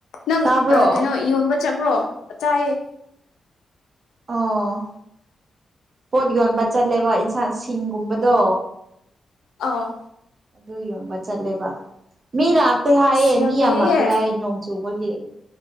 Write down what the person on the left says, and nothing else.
ꯅꯪ
ꯑ ꯀꯩꯅꯣ ꯌꯣꯟꯕ ꯆꯠꯄ꯭ꯔꯣ ꯆꯥꯏꯌꯦ
ꯑꯥ
ꯑꯁ
ꯐꯩꯍꯦ